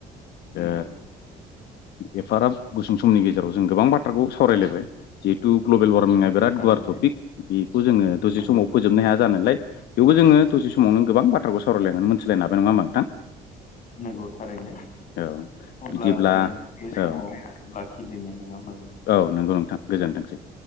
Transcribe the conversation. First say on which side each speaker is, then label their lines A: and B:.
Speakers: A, on the left (about 50°); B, on the left (about 75°).
A: नंगौ
B: ओ एफाराब गुसुं समनि गेजेराव जों गोबां बाथ्राखौ सावरायलायबाय जिहेथु ग्लबेल वार्मिंआ
A: नंगौ
B: बिराद
A: थारैनो
B: गुवार टपिक बेखौ जोङो दसे
A: नंगौ
B: समाव फोजोबनो हाया जानायालाय थेवबो जोङो दसे समावनो गोबां बाथ्राखौ सावरायलायनानै मोनथिलायनो हाबाय नङाहोमबा नोंथां?
A: नंगौ थारैनो
B: औ
A: अब्ला
B: बिदिब्ला
A: जों बे समाव
B: औ
A: लाखि <unintelligible>
B: औ नंगौ नोंथां गोजोनथोंसै।